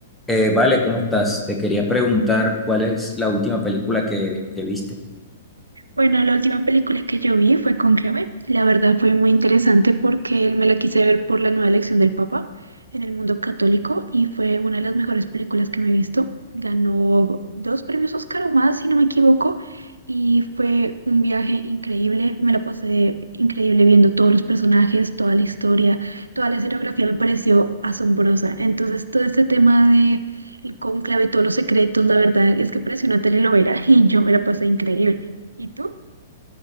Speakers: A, in the centre; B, on the right (about 80°).
A: Eh, vale, ¿cómo estás? Te quería preguntar cuál es la última película que, que viste.
B: Bueno, la última película que yo vi fue Cónclave. La verdad fue muy interesante porque me la quise ver por la nueva elección del Papa en el mundo católico y fue una de las mejores películas que me he visto. Ganó dos premios Oscar o más, si no me equivoco, y fue un viaje increíble. Me la pasé increíble viendo todos los personajes, toda la historia, toda la escenografía me pareció asombrosa. Entonces, todo este tema de el cónclave, todos los secretos, la verdad es que pareció una telenovela <laughs> y yo me la pasé increíble. ¿Y tú?